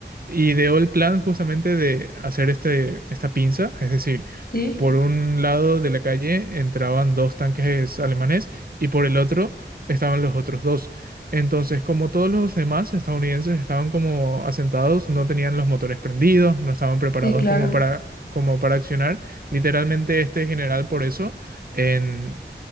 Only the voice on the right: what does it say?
ideó el plan justamente de hacer este, esta pinza, es decir,
por un lado de la calle entraban dos tanques alemanes y por el otro estaban los otros dos. Entonces, como todos los demás estadounidenses estaban como asentados, no tenían los motores prendidos, no estaban preparados
como para, como para accionar, literalmente este general por eso en-